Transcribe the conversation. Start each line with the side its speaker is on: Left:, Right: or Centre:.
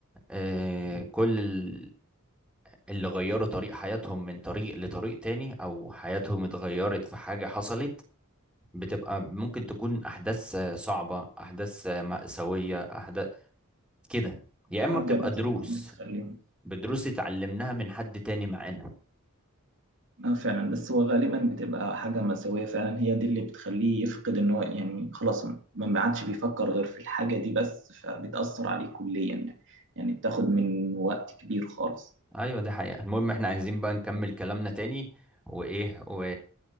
Centre: آه، كل ال- اللي غيروا طريق حياتهم من طريق لطريق تاني او حياتهم اتغيرت في حاجة حصلت بتبقى ممكن تكون احداث آه، صعبة احداث آه، مأساوية احداث كده يا
Right: حاجة
Centre: اما بتبقى
Right: بت-
Centre: دروس
Right: بتخليهم
Centre: بدروس اتعلمناها من حد تاني معانا
Right: اه فعلا بس هو غالبا بتبقى حاجة مأساوية فعلا هي دي اللي بتخليه يفقد ان هو يعني خلاص ما عادش بيفكر غير في الحاجة دي بس فبتأثر عليه كليا يعني يعني بتاخد من وقت كبير خالص
Centre: ايوه دي حقيقة المهم احنا عايزين بقى نكمل كلامنا تاني وايه و